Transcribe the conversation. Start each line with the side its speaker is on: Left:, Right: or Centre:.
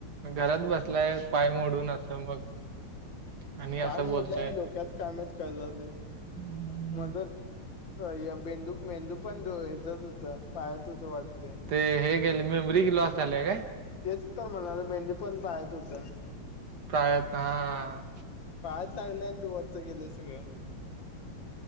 Right: घरात बसलाय. पाय मोडून असं मग. आणि असं
Left: पाय
Right: बोलताय.
Left: मोडलाय न डोक्यात काय माहित? काय झालंय?
Right: हं.
Left: मदर होय. बेंदू मेंदू पण डो हेच्यात होता. पायात होता वाटतय.
Right: ते हे गेले. मेमरी लॉस झालाय काय?
Left: तेच तर म्हणालो मेंदु पण पायात होता
Right: प्रायत हां.
Left: पायात लागलय आणि वरच गेल सगळ